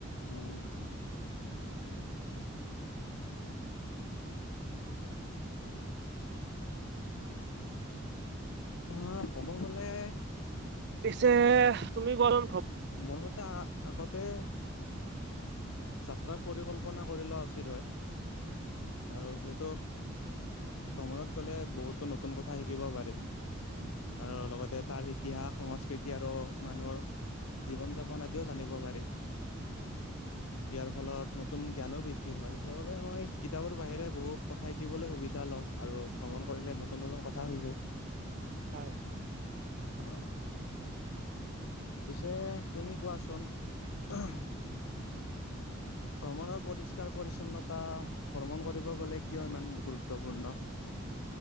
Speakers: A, on the left; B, on the right.
A: উম। অহ ক'ব গ'লে?
B: পিছেহ তুমি কোৱাচোন? ভ্ৰ
A: মোৰ মতে আ আগতে যাত্ৰাৰ পৰিকল্পনা কৰি লোৱা উচিত হয়, আৰু যিহেতু ভ্ৰমণত গ'লে বহুতো নতুন কথা শিকিব পাৰি। আৰু লগতে তাৰ ইতিহাস সংস্কৃতি আৰু মানুহৰ জীৱন যাপন আদিও জানিব পাৰি।
B: হয়।
A: ইয়াৰ ফলত নতুন জ্ঞানো বৃদ্ধি হয়। সেইবাবে মই কিতাপৰ বাহিৰে বহু কথা শিকিবলে সুবিধা লওঁ। আৰু ভ্ৰমণ কৰিলে নতুন নতুন কথাও শিকো।
B: হয়।
A: অঁহ। পিছে তুমি কোৱাচোন? অহ ভ্ৰমণৰ পৰিস্কাৰ পৰিছন্নতা ভ্ৰমণ কৰিব গ'লে কিয় ইমান গুৰুত্বপূৰ্ণ?